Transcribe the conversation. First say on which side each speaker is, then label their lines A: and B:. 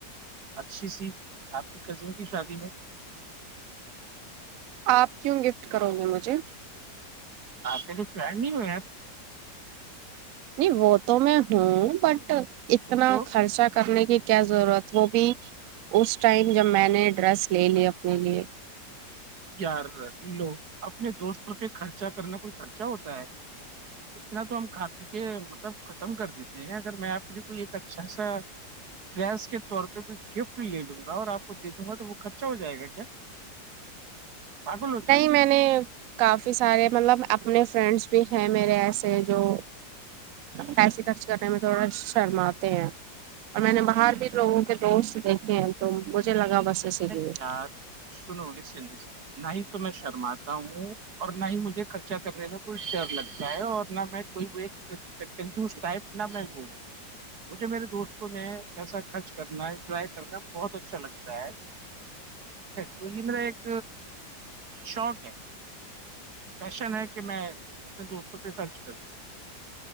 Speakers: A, on the right (about 60°); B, on the right (about 75°).
A: اچھی سی آپ کی کزن کی شادی میں
B: آپ کیوں گفٹ کرو گے مجھے
A: آپ پ تو فلڈ نہیں ہوئےپ
B: نہیں وہ تو میں ہوں بٹ اتنا
A: تو
B: خرچا کرنے کی کیا ضرورت وہ بھی اس ٹائم جب میں نے ڈریس لے لی اپنے لیے
A: یار لو اپنے دوستوں پہ خرچا کرنا کوئی خرچہ ہوتا ہے
B: <inaudible>
A: اتنا تو ہم کاپی کے مطلب ختم کر دیتے ہیں اگر میں اپ لیے کوئی ایک اچھا سا ٹس کے طور پہ کوئی گفٹ لے لوں گا اور آپ کو دے دوں گا تو وہ خچا ہو جائے گا کیا پاگل ہو گیا
B: نہیں میں نے کافی سارے مطلب اپنے فرینڈس بھی ہیں میرے ایسے جو پسے خرچ کرنے میں تھوڑا شرم آتے ہیں اور میں نے باہر بھی لوگوں کے دوست دیکھے ہیں تو مجھے لگا بس اسی لیے
A: نہیں یار سنو ن سند سے نہیں ہی تو میں شرماتا ہوں اور نہ ہی مجھے خرچہ کرنے میں کوئی ڈر لگتا ہے اور نہ میں کوئی و کنفوز ٹائپ نہ میں بول مجھے میرے دوستوں میں پیسہ خرچ کرنا انجوائے کرنا بہت اچھا لگتا ہے تو یہ میرا ایک شوق ہے پیشن ہے کہ میں اپنے دوستوں پہ خرچ کروں